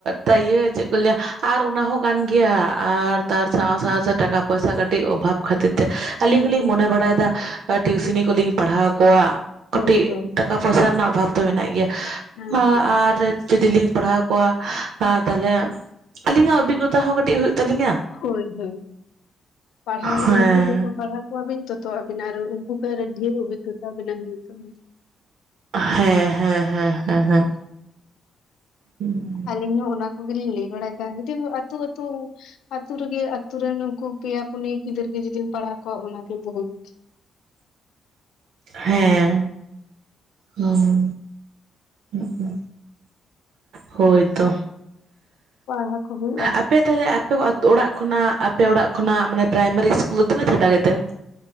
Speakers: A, on the right (about 70°); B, on the left (about 85°).
A: ᱛᱟᱭ ᱤᱭᱟᱹ ᱪᱮᱫ ᱠᱚ ᱞᱟᱹᱭᱟ ᱟᱨ ᱚᱱᱟ ᱦᱚᱸ ᱠᱟᱱ ᱜᱮᱭᱟ ᱟᱨ ᱛᱟᱨ ᱥᱟᱶ ᱥᱟᱶᱛᱮ ᱴᱟᱠᱟ ᱯᱚᱭᱥᱟ ᱠᱟᱴᱤᱜ ᱚᱵᱷᱟᱵᱷ ᱠᱷᱟᱛᱤᱨ ᱛᱮ,
B: ᱦᱩᱸ
A: ᱟᱞᱤᱧ ᱦᱚᱸᱞᱤᱧ
B: ᱦᱩᱸ
A: ᱢᱚᱱᱮ ᱵᱟᱲᱟᱭᱫᱟ ᱟ ᱴᱤᱭᱩᱥᱤᱱᱤ ᱠᱚᱞᱤᱧ ᱯᱟᱲᱦᱟᱣ ᱠᱚᱣᱟ᱾
B: ᱦᱳᱭ
A: ᱠᱟᱹᱴᱤᱡ
B: ᱦᱳᱭ
A: ᱴᱟᱠᱟ ᱯᱚᱭᱥᱟ ᱨᱮᱱᱟᱜ ᱚᱵᱷᱟᱵᱽ ᱫᱚ ᱢᱮᱱᱟᱜ ᱜᱮᱭᱟ,
B: ᱦᱩᱸ
A: ᱦᱟ
B: ᱦᱩᱸ
A: ᱟᱨ ᱡᱩᱫᱤ ᱞᱤᱧ ᱯᱟᱲᱦᱟᱣ ᱠᱚᱣᱟ ᱟ ᱛᱟᱦᱞᱮ ᱟᱞᱤᱧᱟᱜ ᱚᱵᱷᱤᱜᱽᱜᱚᱛᱟ ᱦᱚᱸ ᱠᱟᱴᱤᱡ ᱦᱩᱭᱩᱜ ᱛᱟᱞᱤᱧᱟ᱾
B: ᱦᱳᱭ ᱦᱳᱭ, ᱯᱟᱲᱦᱟᱣ
A: ᱦᱮᱸ
B: ᱩᱱᱠᱩ ᱡᱚᱛᱚ <unintelligible> ᱠᱚᱣᱟᱵᱤᱱ ᱛᱚ ᱛᱚ ᱟᱵᱤᱱ ᱟᱨ ᱩᱱᱠᱩ ᱠᱷᱚᱡ ᱟᱨᱚ ᱰᱷᱤᱨ ᱚᱵᱤᱜᱜᱚᱛᱟ ᱵᱮᱱᱟᱣ ᱦᱩᱭᱩᱜ ᱛᱟᱵᱤᱱᱟ᱾
A: ᱦᱮᱸ ᱦᱮᱸ ᱦᱮᱸ ᱦᱮᱸ ᱦᱮᱸ᱾ ᱦᱩᱸ᱾
B: ᱟᱞᱤᱧ ᱦᱚᱸ ᱚᱱᱟ ᱠᱚᱜᱮᱞᱤᱧ ᱞᱟᱹᱭ ᱵᱟᱲᱟᱭᱫᱟ ᱱᱤᱛᱚᱜ ᱫᱚ ᱟᱛᱩ ᱟᱛᱩ ᱟᱛᱳ ᱨᱮᱜᱮ ᱟᱛᱩ ᱨᱮᱱ ᱩᱱᱠᱩ ᱯᱮᱭᱟ ᱯᱩᱱᱤᱭᱟᱹ ᱜᱤᱫᱟᱹᱨ ᱜᱮ ᱡᱩᱫᱤᱢ ᱯᱟᱲᱦᱟᱣ ᱠᱚᱣᱟ ᱚᱱᱟᱜᱮ ᱵᱩᱦᱩᱛ᱾
A: ᱦᱮᱸ, ᱦᱩᱸ, ᱦᱩᱸᱜᱼᱩᱸ᱾ ᱦᱳᱭ ᱛᱚ᱾
B: ᱯᱟᱲᱦᱟ ᱠᱚ ᱦᱩᱭᱩᱜᱼᱟ᱾
A: ᱟᱯᱮ ᱛᱟᱦᱞᱮ ᱟᱯᱮ ᱟᱛᱩ, ᱚᱲᱟᱜ ᱠᱷᱚᱱᱟᱜ ᱟᱯᱮ ᱚᱲᱟᱜ ᱠᱷᱚᱱᱟᱜ ᱢᱟᱱᱮ ᱯᱨᱟᱭᱢᱟᱨᱤ ᱤᱥᱠᱩᱞ ᱛᱤᱱᱟᱹᱜ ᱪᱷᱟᱰᱟ ᱜᱮᱛᱮ?